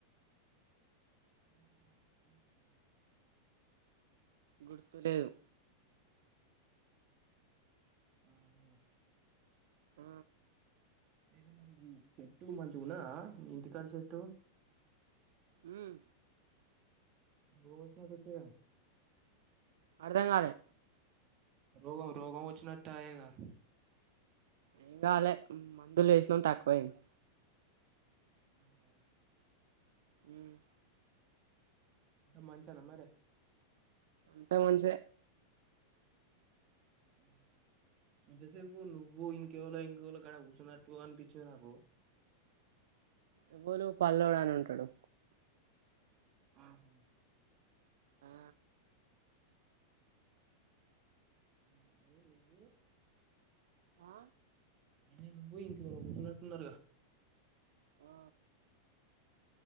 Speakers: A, on the right (about 35°); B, on the right (about 60°).
A: <inaudible>
B: గుర్తులేవు
A: ఆహా
B: ఆ
A: అయితే మరి ఈ చెట్టు మంచిగున్నద మీ ఇంటికాడ చెట్టు
B: మ్మ్
A: రో <unintelligible>
B: అర్థం కాలే
A: రోగ రోగం ఉంచినట్టయిగా
B: ఏం కాలే మందులు వేసినాం తక్కువయింది
A: ఆహా
B: మ్మ్
A: అంతా మంచేనా మరి
B: అంత మంచే
A: ఆహ ఇంత సేపు నువ్వు ఇంకేవాళో ఇంకేవాళో కడ కూర్చున్నట్టు అనిపించింది నాకు
B: ఎవళు పల్లెడా అని ఉంటాడు
A: ఆహా
B: ఆ
A: మ్మ్ ఏంది ఇది
B: ఆ
A: అయినా నువ్వే ఇంకెవరో పోతున్నట్టున్నారుగా
B: ఆ